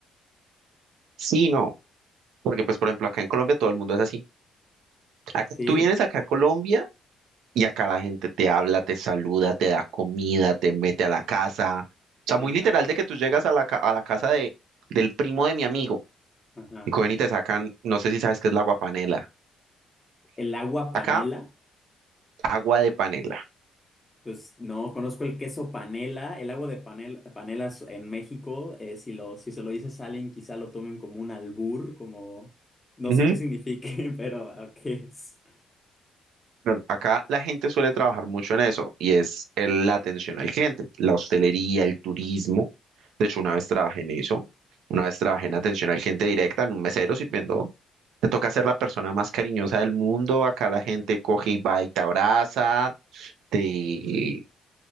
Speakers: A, on the right; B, on the left.
A: Sí, no, porque pues por ejemplo acá en Colombia todo el mundo es así. Acá-
B: ¿Sí?
A: tú vienes acá a Colombia y acá la gente te habla, te saluda, te da comida, te mete a la casa. O sea,
B: Ajá,
A: muy literal de que tú llegas a la, ca- a la casa de, del primo de mi amigo
B: ajá.
A: y cogen y te sacan, no sé si sabes qué es la aguapanela.
B: El agua panela,
A: Acá, agua de panela.
B: pues no conozco el queso panela. El agua de panel, panelas en México, eh, si lo, si se lo dices a alguien, quizá lo tomen como un albur, como no
A: Ujú.
B: sé qué signifique, <laughs> pero ¿a qué es?
A: Pero Acá la gente suele trabajar mucho en eso y es el- la atención al cliente, la hostelería, el turismo. De hecho, una vez trabajé en eso, una vez trabajé en atención al cliente directa, en un mesero sirviendo. Te toca ser la persona más cariñosa del mundo. Acá la gente coge y va y te abraza, te,